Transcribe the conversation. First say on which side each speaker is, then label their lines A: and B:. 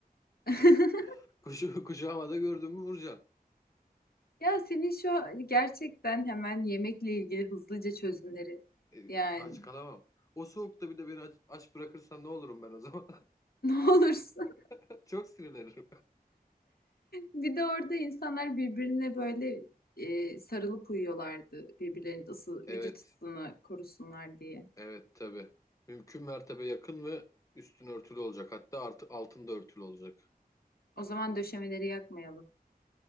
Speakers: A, on the left; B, on the left.
A: <laughs>
B: <laughs> Kuşu, kuşu havada gördün mü vuracaksın.
A: Ya senin şu gerçekten hemen yemekle ilgili hızlıca çözümleri yani
B: <laughs> Aç kalamam. O soğukta bir de beni aç, aç bırakırsan ne olurum ben o zaman?
A: <laughs> ne olursun.
B: <laughs> Çok sinirlenirim.
A: Bir de orada insanlar birbirine böyle e, sarılıp uyuyorlardı birbirlerinin ısı, vücut
B: Evet.
A: ısısını korusunlar diye.
B: Evet tabii. Mümkün mertebe yakın ve üstün örtülü olacak. Hatta artı, altında örtülü olacak.
A: O zaman döşemeleri yakmayalım.